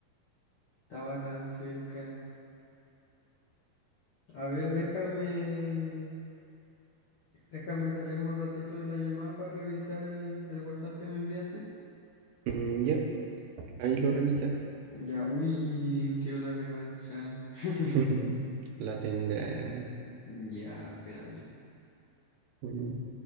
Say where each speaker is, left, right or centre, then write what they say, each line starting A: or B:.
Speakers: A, on the left (about 65°); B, on the right (about 75°).
A: estaba tan cerca. A ver, déjame, déjame salirme un ratito de la llamada para revisar el, el WhatsApp que me enviaste.
B: Mm, ya, ahí lo revisas.
A: Ya, uy, quiero la revancha. <laughs>
B: <laughs> La tendrás.
A: Ya, espérame.
B: Bueno,